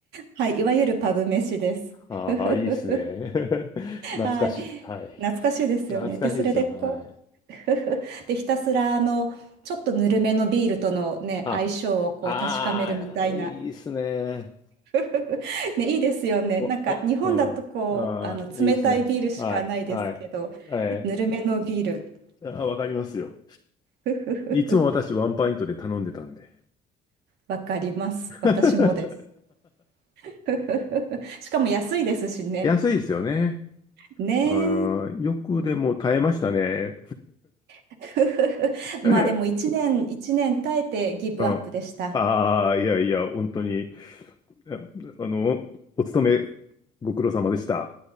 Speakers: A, on the right; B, on the left.
A: はい、いわゆるパブ飯です。
B: ああ、
A: <laughs>
B: いいですね。<laughs> 懐かしい。
A: はい、
B: はい。
A: 懐かしいですよね。
B: 懐かしいですよ。
A: で、それでこう、
B: はい。
A: <laughs> で、ひたすらあの、ちょっとぬるめのビールとのね、
B: あ、
A: 相性をこう確かめるみたいな。
B: ああ、いいですね。
A: <laughs> ね、いいですよね。
B: わ、
A: なんか日本だとこう、
B: わ、うん。
A: あの冷たいビールしかないですけど、
B: ああ、いいっすね。はい、はい。え
A: ぬるめのビール、
B: ー、あ、わかりますよ。
A: <laughs>
B: いつも私ワンパイントで頼んでたんで。
A: わかります。
B: <laughs>
A: 私もです。<laughs> しかも安いですしね。
B: 安いですよね。
A: ねえ。
B: あー、よくでも耐えましたね。
A: <laughs>
B: <laughs>
A: まあでも1年、
B: う
A: 1年耐えてギブアップでした。
B: ん。ああ、いやいや、本当に、ああの、お勤めご苦労様でした。